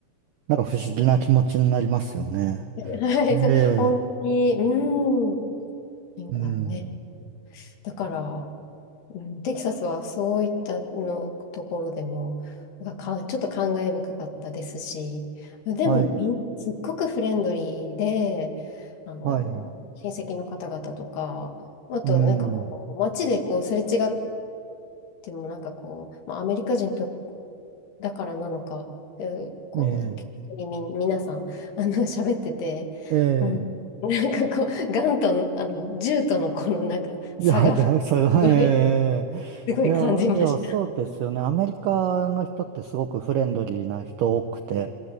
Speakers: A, on the right; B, on the left.
A: なんか不思議な気持ちになりますよね。
B: <laughs> はい、そう本当に、
A: ええ、
B: うん。なんかね、
A: うん。
B: だから、うんテキサスはそういったのところでも、なんかか、ちょっと感慨深かったですし、でもみん、
A: はい、
B: すっごくフレンドリーで、あの、
A: はい、
B: 親戚の方々とか、あとなんかこう、
A: うん。
B: 街でこう、すれ違ってもなんかこう、まあ、アメリカ人とだからなのか、えこう、
A: ね
B: 気さみ、皆さん、<laughs> あの、喋ってて、
A: え、ええ。
B: うん、<laughs> なんかこう、ガンと、あの、銃とのこのなんか差が、
A: いや、いや、
B: <laughs> す
A: それは、
B: ごい、
A: え
B: すごい感じました。
A: え。いや、いや、そうですよね。アメリカの人ってすごくフレンドリーな人多くて、